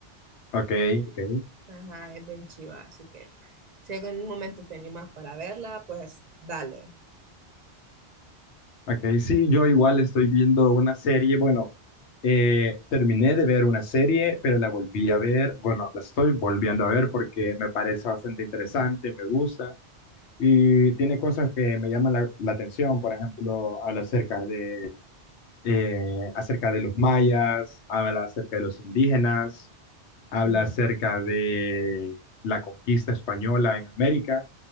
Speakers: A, on the left; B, on the right.
A: Ok, ok,
B: Ajá, es bien chiva, así que si en algún momento te animas para verla, pues dale.
A: ok. Sí, yo igual estoy viendo una serie. Bueno, eh, terminé de ver una serie, pero la volví a ver. Bueno, la estoy volviendo a ver porque me parece bastante interesante, me gusta y tiene cosas que me llaman la, la atención. Por ejemplo, habla acerca de, eh, acerca de los mayas, habla acerca de los indígenas habla
B: Ujú.
A: acerca de la conquista española en América